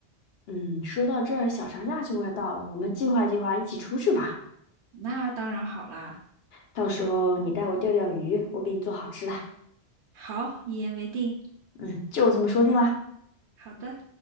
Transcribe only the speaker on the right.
那当然好啦，
好，一言为定，
好的。